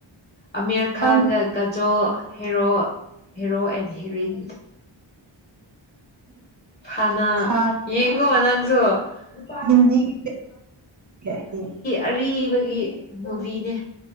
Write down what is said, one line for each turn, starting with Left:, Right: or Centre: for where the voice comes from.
Left: ꯑꯃꯤꯔ ꯈꯥꯟꯒ
Right: ꯈꯪꯗꯦ
Left: ꯀꯖꯣ ꯍꯦꯔꯣ ꯍꯦꯔꯣ ꯑꯦꯟ ꯍꯦꯔꯤꯟ ꯍꯅꯥ
Right: ꯈꯥꯡꯉꯤ
Left: ꯌꯦꯒꯣ ꯑꯣꯪ ꯆ ꯄꯥ
Right: ꯍꯤꯟꯗꯤꯒꯤ ꯑꯩꯗꯤ
Left: ꯑꯔꯤꯕꯒꯤ ꯃꯨꯚꯅꯦ